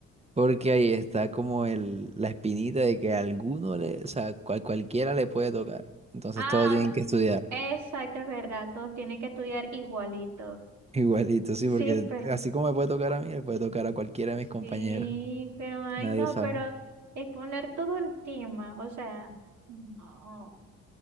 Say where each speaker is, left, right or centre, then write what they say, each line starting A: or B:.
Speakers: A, on the right; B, on the right.
A: Porque ahí está como el, la espinita de que a alguno le, o sea, cual- cualquiera le puede tocar. Entonces
B: Ah,
A: todos tienen
B: s-
A: que estudiar.
B: exacto, es verdad, todos tienen que estudiar igualito.
A: <laughs> Igualito, sí,
B: Sí,
A: porque
B: pero
A: así como me puede tocar a mí, le puede tocar a cualquiera de mis compañeros.
B: sí, pero ay
A: Nadie
B: no,
A: sabe.
B: pero exponer todo el tema, o sea, no.